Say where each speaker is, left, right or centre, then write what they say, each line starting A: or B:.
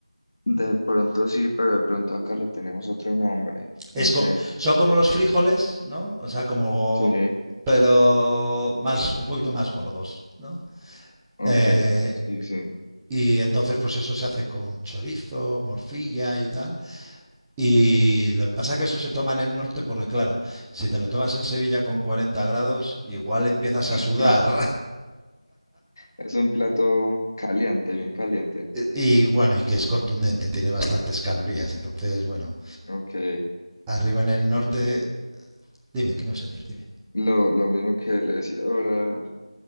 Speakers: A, on the left (about 35°); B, in the centre.
A: de pronto sí, pero de pronto acá le tenemos otro nombre, no
B: Es co-
A: sé.
B: son como los frijoles, ¿no? O sea, como...
A: Sí,
B: pero más, un poquito más gordos, ¿no?
A: ok,
B: Eh,
A: sí, sí.
B: y entonces, pues eso se hace con chorizo, morcilla y tal. Y lo que pasa es que eso se toma en el norte porque, claro, si te lo tomas en Sevilla con 40 grados, igual empiezas
A: <laughs>
B: a sudar.
A: Es un plato caliente, bien caliente.
B: Y bueno, y que es contundente, tiene bastantes calorías. Entonces, bueno,
A: Ok. Eh,
B: arriba en el norte. Dime, ¿qué me vas a decir? Dime.
A: Lo, lo mismo que le decía ahora.